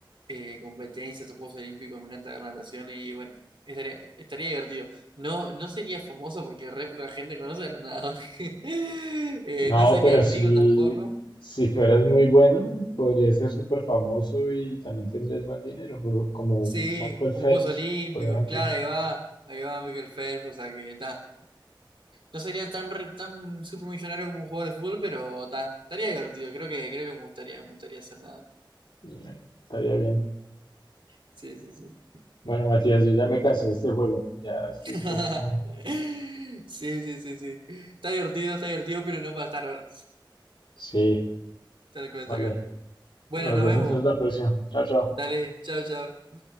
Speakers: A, on the right; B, on the left.
A: eh, competencias o Juegos Olímpicos, me encanta ver natación y bueno, estaría, estaría divertido. No, no sería famoso porque re poca gente conoce a los nadadores. <laughs> Eh,
B: No,
A: no sería
B: pero
A: rico
B: si,
A: tampoco.
B: si fueras muy bueno, podrías ser súper famoso y también tendrías buen dinero, por- como
A: Sí,
B: Michael
A: como
B: Phelps,
A: Juegos Olímpicos,
B: por ejemplo.
A: claro, ahí va, ahí va Michael Phelps, o sea que está. No sería tan re- tan super millonario como un jugador de fútbol, pero ta, estaría divertido, creo que, creo que me gustaría, me gustaría hacer nada.
B: Eh, Estaría bien.
A: Sí, sí, sí.
B: Bueno, Matías, yo ya me cansé de este juego, ya estoy
A: <laughs>
B: un poco...
A: Sí, sí, sí, sí. Está divertido, está divertido, pero no para estar ahora.
B: Sí,
A: Tal cual,
B: vale.
A: tal cual. Bueno,
B: Nos
A: nos
B: vemos
A: vemos.
B: entonces la próxima. Chao, chao.
A: Dale, chao, chao.